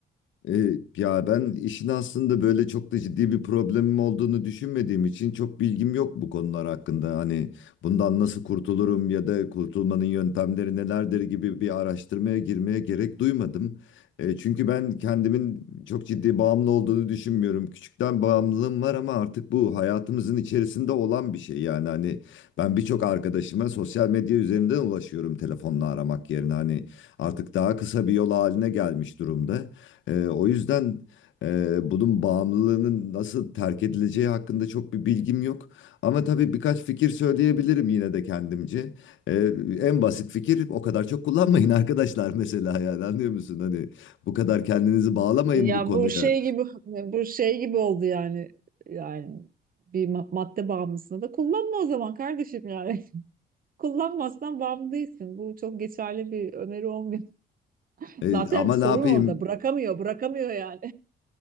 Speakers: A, on the left; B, on the right.
A: E, ya ben işin aslında böyle çok da ciddi bir problemim olduğunu düşünmediğim için çok bilgim yok bu konular hakkında. Hani bundan nasıl kurtulurum ya da kurtulmanın yöntemleri nelerdir gibi bir araştırmaya girmeye gerek duymadım. E, çünkü ben kendimin çok ciddi bağımlı olduğunu düşünmüyorum. Küçükten bağımlılığım var ama artık bu hayatımızın içerisinde olan bir şey. Yani hani ben birçok arkadaşıma sosyal medya üzerinden ulaşıyorum telefonla aramak yerine. Hani artık daha kısa bir yol haline gelmiş durumda. Ee, o yüzden e, bunun bağımlılığının nasıl terk edileceği hakkında çok bir bilgim yok. Ama tabii birkaç fikir söyleyebilirim yine de kendimce. Ee, en basit fikir o kadar çok kullanmayın <laughs> arkadaşlar mesela yani anlıyor musun? Hani bu kadar kendinizi bağlamayın
B: Ya
A: bu konuya.
B: bu şey gibi bu şey gibi oldu yani. Yani bir ma- madde bağımlısını da kullanma o zaman kardeşim yani. <laughs> Kullanmazsan bağımlı değilsin. Bu çok geçerli bir öneri olmuyor.
A: Ee,
B: Zaten
A: ama
B: sorun
A: ne yapayım?
B: orada. Bırakamıyor, bırakamıyor yani.